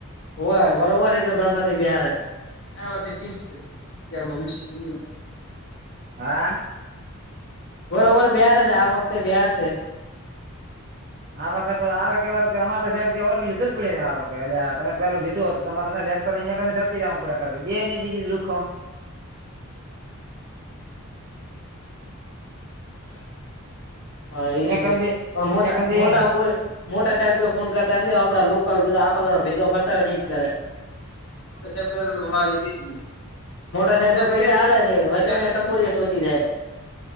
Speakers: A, on the left (about 55°); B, on the right (about 40°).
A: હો બરોબર એ તો ગણપતિ બિહારે વ ફિકસ યાર મી
B: હા
A: બરોબર બિહાર હ છે આ વખતે બિહાર છે
B: આ વખતે આવે કેવા અમારે તો સાહેબ ઓર્ડર લીધેલ પડીે સારો કે એ તમેેું કીધું તો તમારેને લેમ કર ક ધરતી દ ઉપ કર જે એને લુક <unintelligible>
A: હા એી
B: અહીંયા
A: છે
B: કંદી
A: પણ મોટા
B: ત્યાં કંદી
A: મોટા કોઈ મોટા સાહેબ કોઈ ફોન કરતા હોય આપડા લોકલ બધા આખો દ ભેગા ફરતા હોય નહી જ કરે <unintelligible> ે‌ મોટા સાહેબમાં પૈસાાલે છે વચપોરીટી જાય